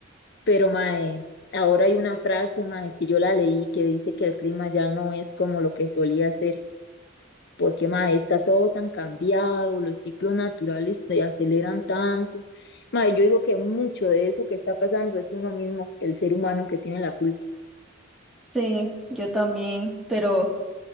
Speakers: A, on the left (about 55°); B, in the centre.
A: Pero, mae, ahora hay una frase, mae, que yo la leí que dice que el clima ya no es como lo que solía ser, porque, mae, está todo tan cambiado, los ciclos naturales se aceleran tanto. Mae, yo digo que mucho de eso que está pasando es uno mismo, el ser humano que tiene la culpa.
B: sí, yo también. Pero